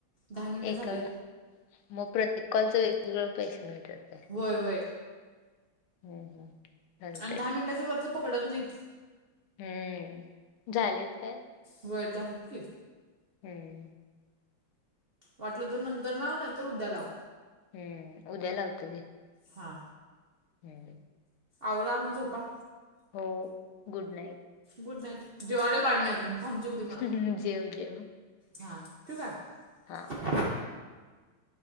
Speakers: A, on the right; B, on the left.
A: दहा मिनटं
B: एका
A: झालीत
B: वेळा मग प्रत्येक कॉलचा वेगळा पैशे मिळत्यात काय?
A: होय होय.
B: हम्म हम्म. चालतंय
A: आणि दहा मिनिटाचा वरचा पकडत नाहीत.
B: हम्म, झालेच काय?
A: व्हय झालात की.
B: हम्म.
A: वाटलं तर नंतर लाव नाहीतर उद्या लाव.
B: हम्म, उद्या लावतो मी.
A: हा.
B: <inaudible>
A: आवरा आन झोपा.
B: हो गुड नाईट.
A: Good night. जेवायलोय बाळ मी अजून, थांब जेवूदे मला.
B: हम्म जेव जेव.
A: हा तू का
B: हा
A: <inaudible>